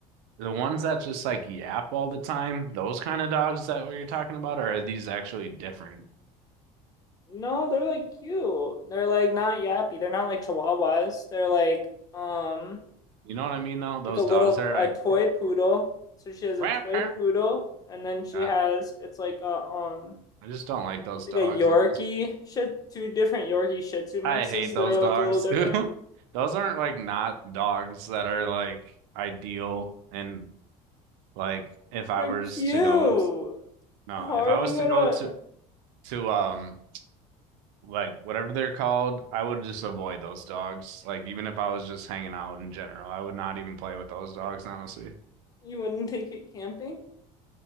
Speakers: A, on the right; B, on the left.
A: the ones that just like yap all the time, those kind of dogs that we are talking about, or are these actually different?
B: No, they're like cute. They're like not yappy. They're not like chihuahuas. They're like um
A: You know what I mean though? Those
B: like a little
A: dogs that are
B: a
A: like
B: toy poodle. So she has a
A: Got
B: toy poodle, and then she
A: it.
B: has it's like a um
A: I just don't like those
B: it's like
A: dogs,
B: a Yorkie
A: honestly.
B: shit two different Yorkie Shih Tzu mixes
A: I hate those
B: that are
A: dogs
B: like a little different.
A: too. <laughs> Those aren't like not dogs that are like ideal and like if I
B: They're
A: was
B: cute.
A: to go t- no,
B: How
A: if
B: are
A: I
B: you
A: was to
B: gonna?
A: go to to um like whatever they're called, I would just avoid those dogs. Like even if I was just hanging out in general, I would not even play with those dogs, honestly.
B: You wouldn't take it camping?